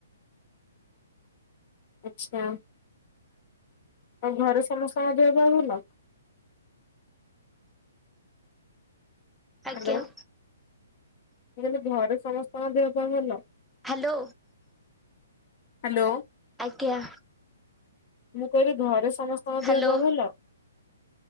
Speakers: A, on the left (about 45°); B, in the centre.
A: ଆଛା ଆଉ ଘରେ ସମସ୍ତଙ୍କ ଦେହ ପା ଭଲ।
B: ଆଜ୍ଞା।
A: ହ୍ୟାଲୋ ମୁଁ କହିଲି ଘରେ ସମସ୍ତଙ୍କ ଦେହ ପାହ ଭଲ।
B: ହାଲୋ
A: ହ୍ୟାଲୋ
B: ଆଜ୍ଞା।
A: ମୁଁ କହିଲି ଘରେ ସମସ୍ତଙ୍କ
B: ହ୍ୟାଲୋ
A: ଦେହ ପେହ ଭଲ।